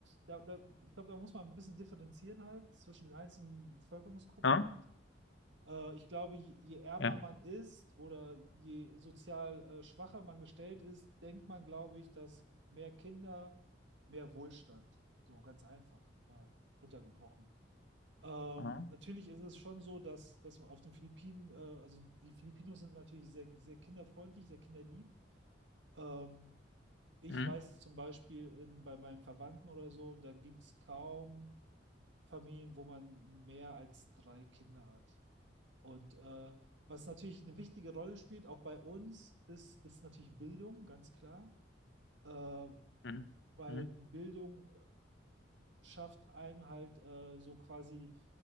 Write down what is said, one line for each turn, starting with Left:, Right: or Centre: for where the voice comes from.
Right: da, da, ich glaube, da muss man ein bisschen differenzieren halt zwischen den einzelnen Bevölkerungsgruppen
Left: ja,
Right: halt. Äh, ich glaube, je, je ärmer
Left: ja,
Right: man ist oder je sozial äh, schwacher man gestellt ist, denkt man, glaube ich, dass mehr Kinder, mehr Wohlstand, so ganz einfach äh, runtergebrochen. Ähm,
Left: ja,
Right: natürlich ist es schon so, dass, dass man auf den Philippinen, äh, also die Filipinos sind natürlich sehr, sehr kinderfreundlich, sehr kinderlieb. Ähm, ich
Left: hm,
Right: weiß zum Beispiel in, bei meinen Verwandten oder so, da gibt es kaum Familien, wo man mehr als drei Kinder hat. Und äh, was natürlich eine wichtige Rolle spielt, auch bei uns, ist, ist natürlich Bildung, ganz klar. Äh,
Left: hm,
Right: weil
Left: hm,
Right: Bildung äh, schafft einen halt äh, so quasi